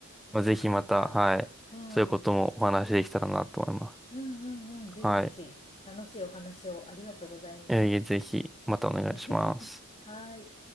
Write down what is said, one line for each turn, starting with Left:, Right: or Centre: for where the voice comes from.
Centre: まあ、
Left: そっかそっか。
Centre: ぜひまた、はい。
Left: うん。
Centre: そういうこともお話しできたらなと思います。
Left: うんうんうん。ぜひぜひ、
Centre: はい。
Left: 楽しいお話をありがとうございます。
Centre: えいえぜひ、またお願いします。
Left: <laughs> はい。